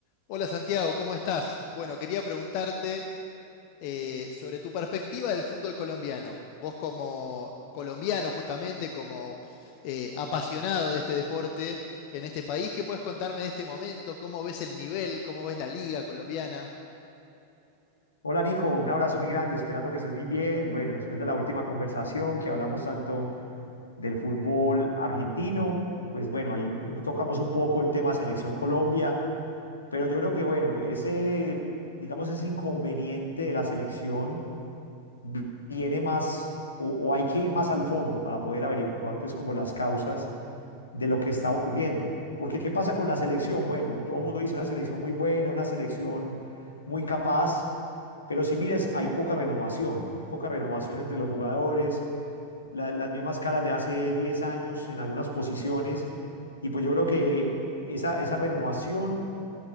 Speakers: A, on the left; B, on the left.
A: Hola Santiago, ¿cómo estás? Bueno, quería preguntarte eh, sobre tu perspectiva del fútbol colombiano. Vos como colombiano, justamente, como eh, apasionado de este deporte en este país, ¿qué puedes contarme de este momento? ¿Cómo ves el nivel? ¿Cómo ves la liga colombiana?
B: Hola Nico, un abrazo muy grande, esperando que estés muy bien. Bueno, después de la última conversación que hablamos tanto del fútbol argentino, pues bueno, ahí eh, tocamos un poco el tema Selección Colombia, pero yo creo que bueno, ese, digamos, ese inconveniente de la selección vi- viene más o, o hay que ir más al fondo para poder averiguar pues como las causas de lo que está ocurriendo. Porque ¿qué pasa con la selección? Bueno, todo el mundo dice una selección muy buena, una selección muy capaz pero si mires, hay poca renovación, hay poca renovación entre los jugadores, la- las mismas caras de hace 10 años en algunas posiciones. Y pues yo creo que esa, esa renovación